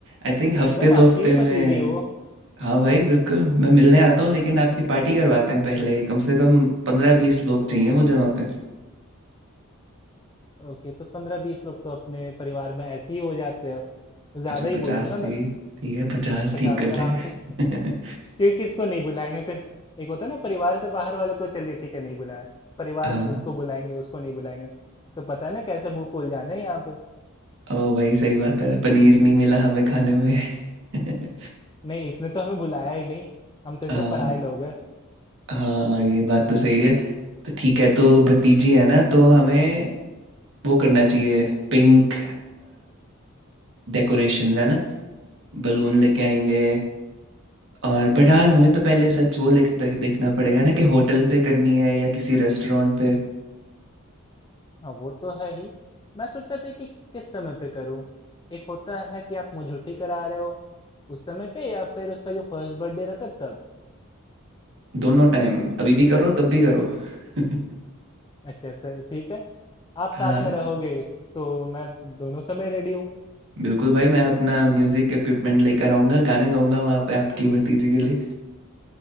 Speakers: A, on the right; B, on the left.
A: आई थिंक हफ्ते
B: एकदम आपकी
A: दो हफ्ते
B: भी
A: में
B: भतीजी है वो
A: हाँ भाई बिल्कुल मैं मिलने आता हूँ लेकिन आपकी पार्टी करवाते हैं पहले कम से कम पंद्रह बीस लोग चाहिए मुझे वहाँ पे
B: ओके तो पंद्रह बीस लोग तो अपने परिवार में ऐसे ही हो जाते हैं ज़्यादा
A: अच्छा
B: ही
A: पचास
B: बोलूँगा मैं
A: से ठीक है पचास
B: पचास
A: ठीक कर रहे
B: आराम से <laughs>
A: हैं
B: क्योंकि किसको नहीं बुलाएंगे फिर एक होता है ना परिवार से बाहर वालों को चलिए ठीक है नहीं बुलाया परिवार
A: <laughs> हाँ
B: में इसको बुलाएंगे उसको नहीं बुलाएंगे तो पता है ना कैसे मुंह फूल जाना है यहाँ पे
A: ओ भाई सही बात है पनीर नहीं मिला हमें खाने में <laughs>
B: नहीं इसने तो हमें बुलाया ही नहीं हम तो इसके
A: हाँ
B: पराये लोग हैं
A: हाँ ये बात तो सही है तो ठीक है तो भतीजी है ना तो हमें वो करना चाहिए पिंक डेकोरेशंस है ना बलून लेके आएंगे और पर हाँ हमें तो पहले सच वो लिख दे- देखना पड़ेगा ना कि होटल पे करनी है या किसी रेस्टोरेंट पे
B: हाँ वो तो है ही मैं सोच रहा था कि किस समय पे करूँ एक होता है कि आप मुझे छुट्टी करा रहे हो उस समय पे या फिर उसका जो फर्स्ट बर्थडे रहता है, तब
A: दोनों टाइम अभी भी करो तब भी करो <laughs>
B: अच्छा सर ठीक है आप
A: हाँ
B: साथ में रहोगे तो मैं दोनों समय रेडी हूँ
A: बिल्कुल भाई मैं अपना म्यूजिक इक्विपमेंट लेकर आऊँगा गाने गाऊंगा वहाँ पे आपकी भतीजी के लिए